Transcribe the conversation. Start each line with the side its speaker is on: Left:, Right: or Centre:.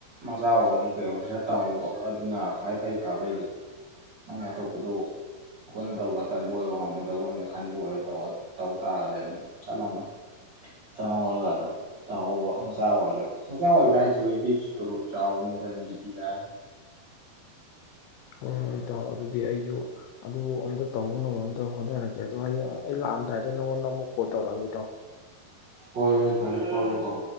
Right: ꯃꯆꯥ ꯑꯣꯏꯔꯁꯨ ꯀꯩ ꯑꯣꯏꯧꯔꯁꯨ ꯁꯠ ꯇꯝꯍꯧꯕ ꯑꯗꯨꯅ ꯈ꯭ꯋꯥꯏ ꯐꯩ ꯐꯕꯩꯗꯤ ꯅꯪ ꯑꯇꯣꯞꯄꯗꯣ ꯍꯣꯠꯅ ꯇꯧꯕ ꯇꯟꯕ ꯑꯣꯏꯔꯣ ꯉꯝꯃꯣꯏꯗꯧꯕ ꯑꯣꯏꯅ ꯈꯟꯕ ꯑꯣꯏꯔꯣꯧ ꯇꯧ ꯇꯥꯔꯒꯗꯤ ꯑꯗꯨꯝ ꯆꯠꯍꯧꯅ ꯆꯪꯍꯧꯔꯒ ꯑꯗꯨꯝ ꯇꯧꯍꯧꯕ ꯃꯆꯥ ꯑꯣꯏꯔꯁꯨ ꯃꯆꯥ ꯑꯣꯏꯕ ꯍꯥꯏꯁꯦ ꯍꯧꯖꯤꯛꯇꯗꯤ ꯇꯣꯂꯣꯞ ꯆꯥꯎꯕꯅꯤꯗꯖꯤꯗꯤꯤ ꯀꯥꯏꯔꯦ
Left: ꯍꯣꯏ ꯍꯣꯏ ꯏ ꯇꯥꯎꯑꯣ ꯑꯗꯨꯗꯤ ꯑꯩꯁꯨ ꯑꯗꯨꯕꯨ ꯑꯝꯇ ꯇꯧꯕ ꯉꯝꯃ ꯑꯗꯣ ꯍꯣꯠꯅꯔꯒꯦꯗꯣ ꯍ ꯑꯩ ꯂꯥꯛꯑꯝꯗꯥꯏ ꯅ ꯋꯥꯅ ꯃꯨꯀꯣ ꯇꯧ ꯂꯒꯦ ꯇ
Right: ꯍꯣꯏ ꯍꯣꯏ ꯐꯔꯦ ꯐꯔꯣ ꯐꯥꯎ